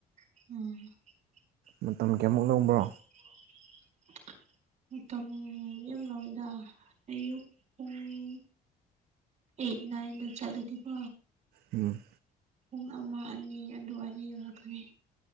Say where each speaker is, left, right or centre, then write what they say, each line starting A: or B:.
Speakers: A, on the right; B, on the right.
A: ꯑꯥ꯫
B: ꯃꯇꯝ ꯀꯌꯥꯃꯨꯛ ꯂꯧꯕ꯭ꯔꯣ꯫
A: <unintelligible> ꯃꯇꯝ ꯌꯥꯝ ꯂꯧꯌꯦꯗ ꯑꯌꯨꯛ ꯄꯨꯡ ꯑꯩꯠ ꯅꯥꯏꯟꯗ ꯆꯠꯂꯗꯤꯀꯣ
B: ꯎꯝ꯫
A: ꯄꯨꯡ ꯑꯃ ꯑꯅꯤ ꯑꯗꯨꯋꯥꯏꯗ ꯌꯧꯔꯛꯀꯅꯤ꯫